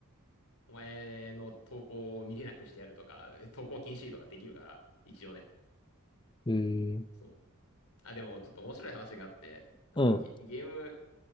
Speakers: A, on the left; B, on the left.
A: お前の投稿を見れなくしてやるとか、投稿禁止とかできるから、一応ね。
B: えー、
A: そう。あ、でもちょっと面白い話があって、あの、
B: うん。
A: ゲ、ゲーム、